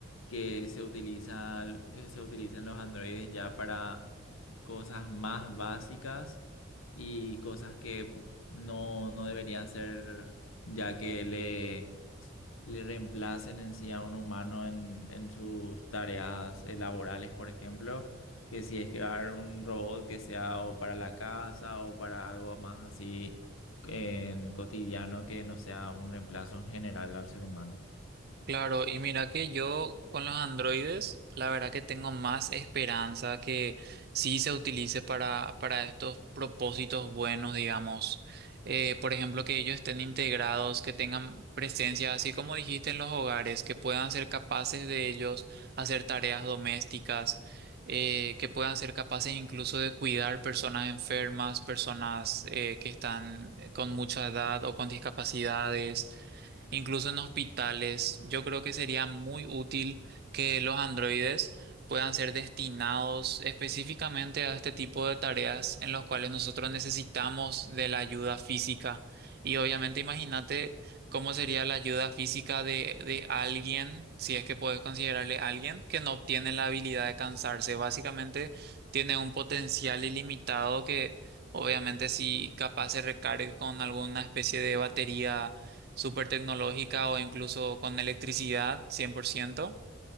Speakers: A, on the left; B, on the right.
A: que se utiliza, eh, se utilizan los androides ya para cosas más básicas y cosas que no, no deberían ser, ya que le le reemplacen en sí a un humano en, en sus tareas eh, laborales, por ejemplo, que si es que va a haber un robot que sea o para la casa o para algo más así en cotidiano que no sea un reemplazo en general al ser humano.
B: Claro, y mira que yo con los androides, la verdad que tengo más esperanza que sí se utilice para, para estos propósitos buenos, digamos. Eh, por ejemplo, que ellos estén integrados, que tengan presencia, así como dijiste en los hogares, que puedan ser capaces de ellos hacer tareas domésticas, eh, que puedan ser capaces incluso de cuidar personas enfermas, personas eh, que están eh, con mucha edad o con discapacidades incluso en hospitales. Yo creo que sería muy útil que los androides puedan ser destinados específicamente a este tipo de tareas en los cuales nosotros necesitamos de la ayuda física. Y obviamente imagínate cómo sería la ayuda física de, de alguien, si es que puedes considerarle alguien, que no obtiene la habilidad de cansarse. Básicamente tiene un potencial ilimitado que obviamente si capaz se recargue con alguna especie de batería súper tecnológica o incluso con electricidad 100%,